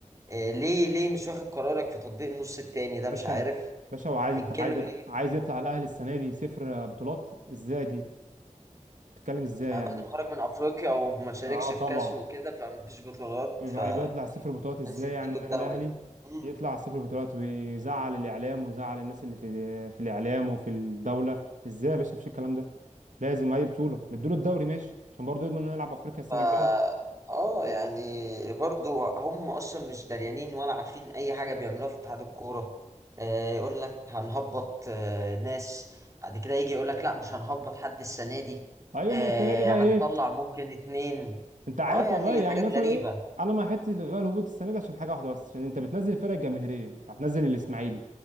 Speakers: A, on the right; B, on the right.
A: آه، ليه ليه مش واخد قرارك في تطبيق النص التاني ده
B: باشا
A: مش عارف
B: باشا وعايز
A: اجله
B: انت عايز
A: ليه
B: عايز يطلع الاهلي السنه دي صفر بطولات ازاي دي تتكلم ازاي
A: آه،
B: يعني
A: بعد ما خرج من افريقيا وما شاركش
B: اه طبعا
A: في كاس وكده فما فيش بطولات
B: لعيبه
A: فعايز
B: يطلع صفر بطولات ازاي
A: يديله
B: يعني النادي
A: الدوري
B: الاهلي
A: مم.
B: يطلع صفر بطولات ويزعل الاعلام ويزعل الناس اللي في في الاعلام وفي الدوله ازاي يا باشا مفيش الكلام ده لازم اي بطوله نديله الدوري ماشي عشان برضه يضمن انه يلعب افريقيا السنه
A: ف
B: الجايه
A: اه يعني برضو هم اصلا مش داريانين ولا عارفين اي حاجه بيعملوها في اتحاد الكوره آه، يقول لك هنهبط آه، ناس بعد كده يجي يقول لك لا مش هنهبط حد السنه دي
B: ايوه
A: آه،
B: ما السنه دي بقى
A: هنطلع
B: ايه
A: ممكن اتنين
B: انت عارف
A: اه يعني
B: والله يعني
A: حاجات
B: مثلا
A: غريبه
B: ايه انا ما حته الغاء الهبوط السنه دي عشان حاجه واحده بس عشان انت بتنزل الفرق الجماهيريه انت هتنزل الاسماعيلي